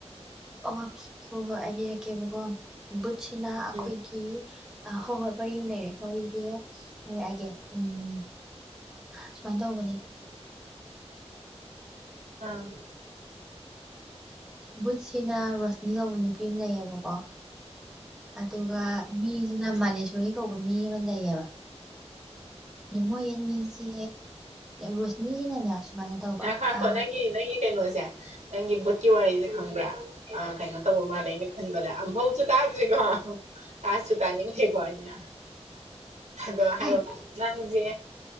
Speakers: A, in the centre; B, on the right.
A: ꯑ ꯍꯣꯏ ꯍꯣꯏ ꯑꯩ ꯂꯩꯔꯛꯀꯦꯕꯀꯣ ꯕꯨꯠꯁꯤꯅ ꯑꯩꯈꯣꯏꯒꯤ
B: ꯎꯝ
A: ꯑ ꯍꯣꯏ ꯍꯣꯏ ꯋꯥꯔꯤ ꯑꯃ ꯂꯩꯔꯦ ꯋꯥꯔꯤꯖ ꯍꯥꯢꯔꯛꯑꯒꯦ ꯎꯝ ꯁꯨꯃꯥꯏꯅ ꯇꯧꯕ ꯅꯦ
B: ꯑꯥ
A: ꯕꯨꯠꯁꯤꯅ ꯔꯣꯁꯅꯤ ꯀꯧꯕ ꯅꯨꯄꯤ ꯑꯃ ꯂꯩꯌꯦꯕꯀꯣ ꯑꯗꯨꯒ ꯃꯤꯁꯤꯅ ꯃꯥꯂꯦꯁꯣꯔꯤ ꯀꯧꯕ ꯃꯤ ꯑꯃ ꯂꯩꯌꯦꯕ ꯃꯣꯏ ꯑꯅꯤꯁꯦ ꯔꯣꯁꯅꯤꯁꯤꯅꯅꯦ ꯁꯨꯃꯥꯏꯅ ꯇꯧꯕ
B: ꯉꯥꯢꯈꫭ ꯉꯥꯢꯈꫭ
A: ꯑ
B: ꯅꯪꯒꯤ ꯅꯪꯒꯤ ꯀꯩꯅꯣꯁꯦ ꯅꯪꯒꯤ ꯕꯨꯠ ꯋꯥꯔꯤꯁꯦ ꯈꯪꯕ꯭ꯔꯥ ꯑ ꯀꯩꯅꯣ ꯇꯧꯕ ꯃꯥꯜꯂꯦ ꯑꯩꯅ ꯈꯟꯕꯗ ꯑꯝꯐꯧꯁꯨ ꯇꯥꯗ꯭ꯔꯤꯀꯣ ꯇꯥꯁꯨꯨ ꯇꯥꯅꯤꯡꯗꯦꯀꯣ ꯑꯩꯅ ꯑꯗꯣ ꯍꯥꯏꯔꯛꯑꯣ
A: ꯍꯦ
B: ꯅꯪꯁꯦ